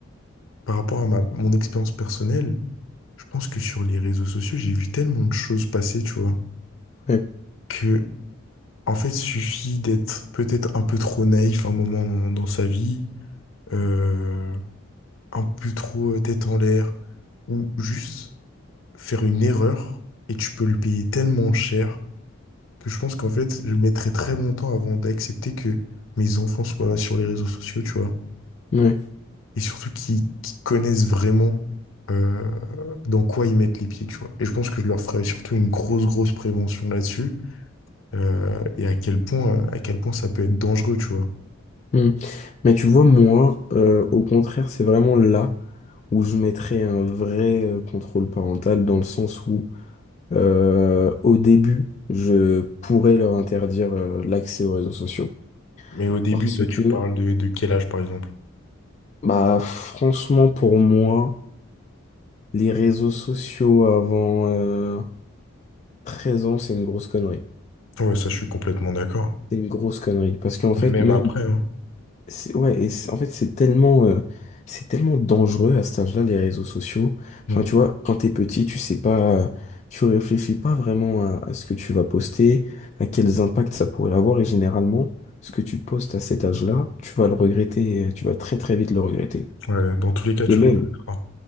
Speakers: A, on the left; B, on the left.
A: par rapport à ma, mon expérience personnelle, je pense que sur les réseaux sociaux, j'ai vu tellement de choses passer, tu vois,
B: Ouais.
A: que, en fait, suffit d'être peut-être un peu trop naïf un moment dans, dans sa vie, euh, un peu trop euh, tête en l'air, ou juste faire une erreur et tu peux le payer tellement cher que je pense qu'en fait, je mettrai très longtemps avant d'accepter que mes enfants soient sur les réseaux sociaux, tu vois.
B: Ouais.
A: Et surtout qu'ils qu'ils connaissent vraiment euh, dans quoi ils mettent les pieds, tu vois. Et je pense que je leur ferai surtout une grosse, grosse prévention là-dessus euh, et à quel point, à quel point ça peut être dangereux, tu vois.
B: Hmm. Mais tu vois, moi, euh, au contraire, c'est vraiment là où je mettrais un vrai euh, contrôle parental dans le sens où, euh, au début, je pourrais leur interdire euh, l'accès aux réseaux sociaux.
A: Mais au début,
B: Parce
A: toi, tu
B: que,
A: parles de, de quel âge, par exemple?
B: bah, franchement, pour moi, les réseaux sociaux avant euh, 13 ans, c'est une grosse connerie.
A: Ouais, ça, je suis complètement d'accord.
B: C'est une grosse connerie. Parce qu'en fait,
A: Et même
B: même
A: après, hein.
B: C'est, ouais, et c'est- en fait, c'est tellement, euh, c'est tellement dangereux à cet âge-là, les réseaux sociaux.
A: Mm.
B: Enfin, tu vois, quand t'es petit, tu sais pas, tu réfléchis pas vraiment à, à ce que tu vas poster, à quels impacts ça pourrait avoir, et généralement, ce que tu postes à cet âge-là, tu vas le regretter, euh, tu vas très très vite le regretter.
A: Ouais, dans tous les cas,
B: Et
A: tu
B: même,
A: le connaîtras.